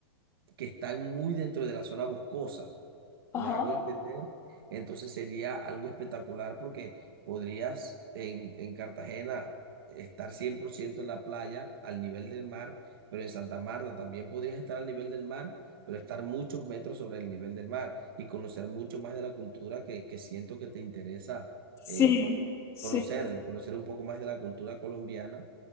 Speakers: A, on the right (about 60°); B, on the left (about 20°).
A: que están muy dentro de la zona boscosa. ¿Me
B: Ajá.
A: hago entender? Entonces sería algo espectacular porque podrías en, en Cartagena estar 100% en la playa al nivel del mar, pero en Santa Marta también podrías estar al nivel del mar, pero estar muchos metros sobre el nivel del mar y conocer mucho más de la cultura que, que siento que te interesa
B: Sí,
A: eh,
B: sí,
A: conocer, conocer un poco más de la cultura colombiana.